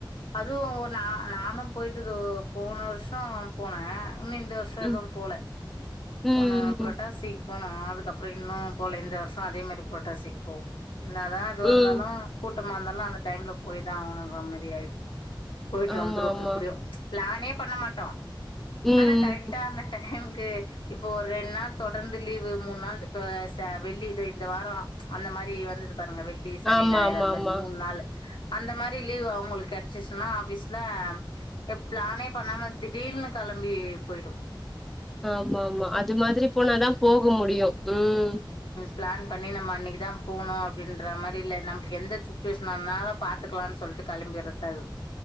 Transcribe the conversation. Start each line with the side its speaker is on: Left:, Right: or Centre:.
Left: அதுவு நா நானும் போயிட்டு இதோ போன வர்ஷோ போனே இன்னு இந்த வர்ஷோ
Centre: ம்
Left: எதுவும் போல
Centre: ம்
Left: போன புரோட்டாசி
Centre: ம்
Left: போனோ அதுக்கப்றோ இன்னு போல இந்த வர்ஷோ அதே மாரி புரட்டாசிக்கு போவோ என்னதா இது வந்தாலும்
Centre: ம்
Left: கூட்டமாக இருந்தாலும் அந்த டைம்ல போயி தா ஆகம்ன்ற மாரி ஆய்டுச்சி போயிட்டு
Centre: ஆமா
Left: வந்துருவோ
Centre: ஆமா
Left: எப்டியு ப்ளானே பண்ண மாட்டோ
Centre: ம்
Left: ஆனா கரெக்டா
Centre: ம்
Left: அந்த டைம் <unintelligible> இப்போ ஒரு ரெண் நாள் தொடர்ந்து லீவு மூணு நாள் இப்ப ச வெள்ளித இந்த வாரோ அந்த மா மாரி வந்தது பாருங்க வெள்ளி சனி
Centre: ஆமா
Left: ஞாயிறு
Centre: ஆமா
Left: அந்த
Centre: ஆமா
Left: மாரி மூணு நாளு அந்த மாரி லீவு அவுங்களுக்கு கெட்ச்சிசுனா ஆஃபீஸ்ல எப் ப்ளானே பண்ணாம திடீர்ன்னு கெளம்பி போய்டுவோ
Centre: ஆமா ஆமா அது மாதிரி போனாதா போக முடியு ம்
Left: ப்ளான் பண்ணி நம்ம அன்னைக்குதா போணு அப்டின்ற மாறி இல்ல நம்ளுக்கு எந்த சுச்சுவேஷ்ன் இருந்தாலு பாத்துக்லானு சொல் கெளம்பிர்தாக்குது